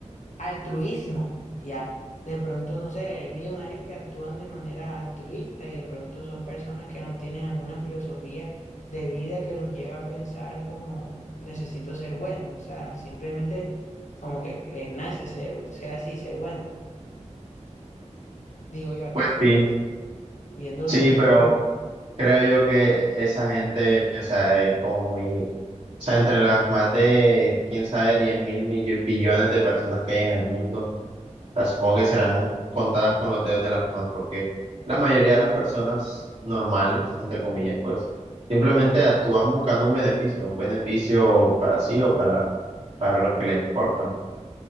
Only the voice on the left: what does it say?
altruismo, ¿ya? De pronto, no sé, hay millonarios que actúan de manera altruista y de pronto son personas que no tienen alguna filosofía de vida que los lleva a pensar como necesito ser bueno, o sea, simplemente como que les nace ser, ser así, ser bueno, digo yo aquí,
pues, viéndolo
desde
acá.